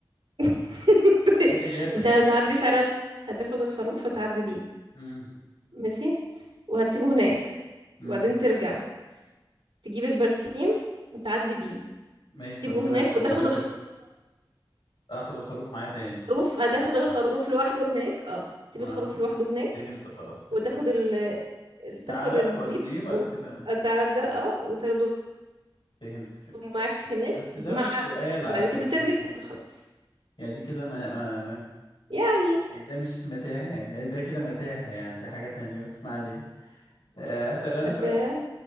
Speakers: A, on the right (about 80°); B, on the left (about 75°).
A: <laughs> طيب،
B: ايه الاجابه
A: انت
B: ايه الاجابه
A: هتعدي فعلا هتاخد الخروف وتعدي بيه
B: امم
A: ماشي وهتسيبه هناك
B: امم
A: وبعدين ترجع تجيب البرسيم وتعدي بيه
B: ماشي
A: تسيبه
B: طب ما كده
A: هناك
B: الخروف
A: وتاخد
B: اكل اخد الخروف معايا تاني
A: الخروف هتاخد الخروف لوحده هناك اه تسيب
B: اه
A: الخروف لوحده هناك
B: فهمت خلاص فهمت
A: وتاخد ال ال-
B: ثعلب
A: تاخد الديب
B: واديه بعد
A: والثعلب
B: كده آه،
A: ده اه وتاخده
B: فهمت فهمت
A: معاك هناك
B: بس ده
A: مع
B: مش سؤال
A: وبعد
B: على فكره
A: كده ترجع تاخد الخروف
B: يعني دي كده ما ما
A: يعني
B: يعني ده مش متاهة يعني ده كده متاهة يعني دي حاجة تانية بس ما علينا آه، أسأل أنا
A: متى
B: سؤال